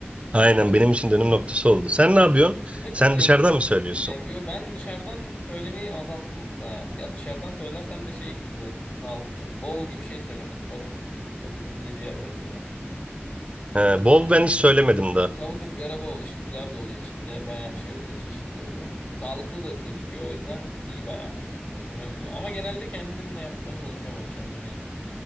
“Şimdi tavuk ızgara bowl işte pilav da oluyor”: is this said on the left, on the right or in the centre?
Left